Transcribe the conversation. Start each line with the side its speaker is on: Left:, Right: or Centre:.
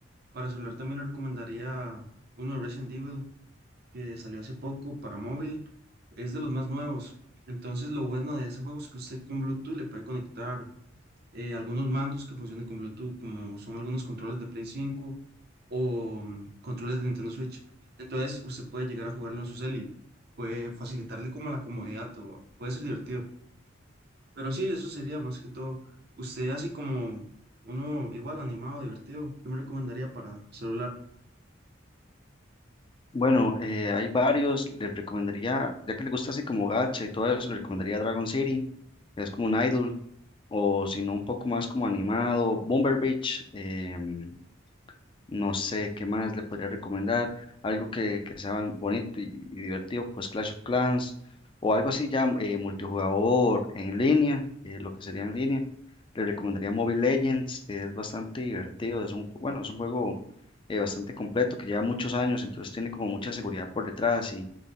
Right: para celular también le recomendaría uno de Resident Evil que salió hace poco para móvil, es de los más nuevos. Entonces lo bueno de ese juego es que usted con Bluetooth le puede conectar eh, algunos mandos que funcionen con Bluetooth, como son algunos controles de Play 5 o mm, controles de Nintendo Switch. Entonces, usted puede llegar a jugarlo en su cel y puede facilitarle como la comodidad o puede ser divertido. Pero sí, eso sería más que todo. Usted así como uno igual animado, divertido, ¿qué me recomendaría para celular?
Left: Bueno, eh, hay varios, les recomendaría, ya que le gusta así como gacha y todo eso, le recomendaría Dragon City, que es como un idol, o si no un poco más como animado, Bomber Beach, em, no sé qué más le podría recomendar. Algo que, que sea bonito y, y divertido, pues Clash of Clans o algo así ya eh, multijugador en línea, eh, lo que sería en línea. Le recomendaría Mobile Legends, es bastante divertido, es un, ju- bueno, es un juego eh, bastante completo que lleva muchos años, entonces tiene como mucha seguridad por detrás y